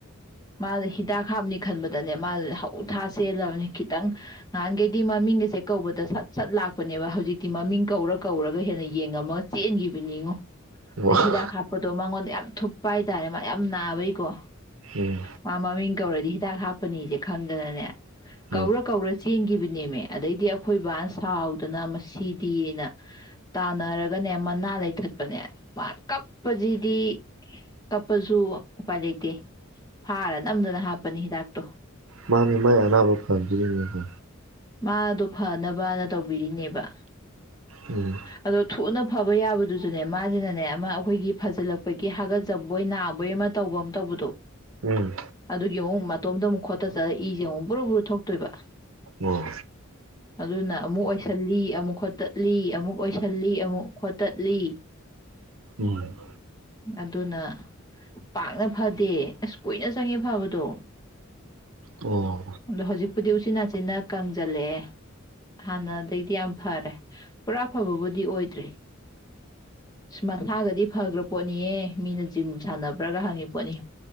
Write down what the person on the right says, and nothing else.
ꯎꯝ
ꯑꯣ
ꯎꯝ
ꯎꯝ
ꯃꯥꯅꯦ ꯃꯥꯏ ꯑꯅꯥꯕ ꯐꯗꯨꯏꯔꯤꯕꯅꯦꯀꯣ
ꯎꯝ
ꯎꯝ
ꯑꯣ
ꯎꯝ
ꯑꯣ